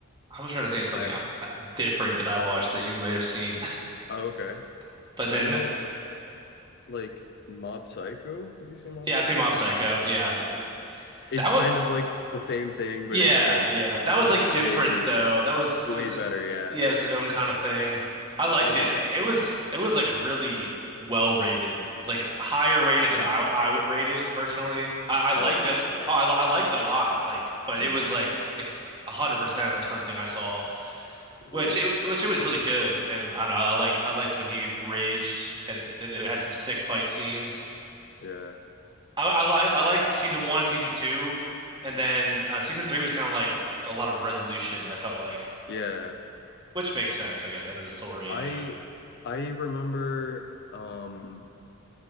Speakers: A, on the right (about 20°); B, on the left (about 55°).
A: I was trying to think of something
B: I
A: uh, different that I
B: I
A: watched that you might have seen,
B: oh, okay.
A: <laughs> but
B: I
A: then
B: know like Mob Psycho. Have you seen Mob
A: yeah,
B: Psycho?
A: I've seen Mob Psycho. Yeah, that, that,
B: it's
A: that
B: kind
A: was.
B: of like the same thing, but
A: Yeah,
B: it's like
A: yeah, but that was
B: way,
A: like different though. That was
B: way
A: it was
B: better. Yeah.
A: yeah, it was his own kind of thing. I liked
B: Yeah.
A: it. It, it was it was like really well rated, like higher rated
B: Yeah.
A: than I I would rate it personally. I, I liked
B: Oh, interesting.
A: it.
B: Okay.
A: Oh, I, li- I liked it a lot. Like, but
B: Hmm.
A: it was like like a hundred percent or something I saw,
B: Whoa.
A: which it which it was really good. And I don't know. I liked I liked when he raged, and it, it had some sick fight scenes.
B: Yeah.
A: I, I like I liked season one and season two, and then uh, season three was kind of like a lot of resolution. I felt like,
B: Yeah.
A: which makes sense, I guess, end of the story,
B: I
A: you know.
B: I remember um